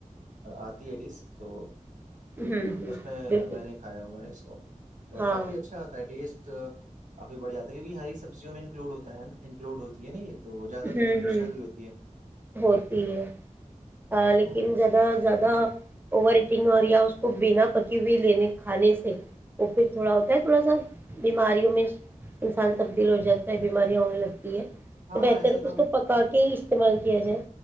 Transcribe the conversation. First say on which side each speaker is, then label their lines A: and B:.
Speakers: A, on the right; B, on the right.
A: آتی ہے ڈس تو
B: ہوں ہوں
A: اس میں
B: بالکل
A: میں نے کھایا ہوا اس کو تو
B: ہاں
A: کافی اچھا آتا ہے ٹیسٹ کافی بڑیا جا ہے کیونک ہری سبزیوں میں انکلوڈ ہوتا ہے انکلوڈ ہوتی ہے ن یہ تو زیادہ
B: ہوں
A: بینیفیشیل
B: ہوں
A: بھی ہوتی ہے
B: ہوتی ہے لیکن
A: تو
B: زیادہ زیادہ اوور ایٹنگ اور اس کو بنا پکی ہوئی لینے کھانے سے وہ پھر تھوڑا ہوتا ہے تھوڑا سا بیماریوں میں انسان تبدیل ہو جاتا ہے بیماریاں ہونے لگتی ہے
A: ہاں
B: تو بہتر
A: ایسے
B: کہ
A: تو
B: اس کو پکا کے ہی استعمال کیا جائے